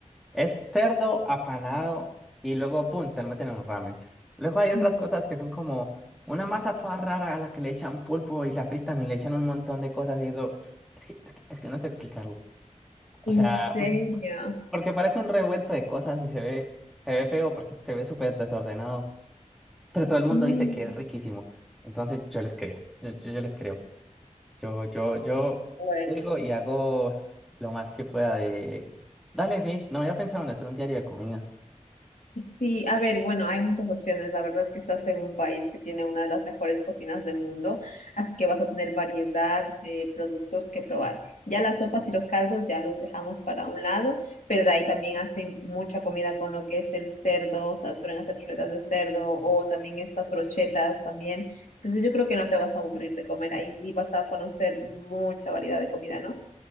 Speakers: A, in the centre; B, on the left (about 85°).
A: Es cerdo apanado y luego, pum, te lo meten en un ramen. Luego hay otras
B: Wow,
A: cosas que son como una masa toda rara a la que le echan pulpo y la fritan y le echan un montón de cosas y eso. Es que, es que, es que no sé explicarlo. O
B: ¿en
A: sea,
B: serio?
A: <laughs> porque parece un revuelto de cosas y se ve, se ve feo porque se ve súper desordenado. Pero todo el mundo
B: Mm,
A: dice que es riquísimo. Entonces yo les creo. Yo, yo, yo les creo. Yo, yo, yo
B: bueno.
A: llego y hago lo más que pueda de. Dale, sí. No había pensado en hacer un diario de comida.
B: Sí, a ver, bueno, hay muchas opciones. La verdad es que estás en un país que tiene una de las mejores cocinas del mundo, así que vas a tener variedad de productos que probar. Ya las sopas y los caldos ya los dejamos para un lado, pero de ahí también hacen mucha comida con lo que es el cerdo, o sea, suelen hacer chuletas de cerdo o también estas brochetas también. Entonces yo creo que no te vas a aburrir de comer ahí y vas a conocer mucha variedad de comida, ¿no?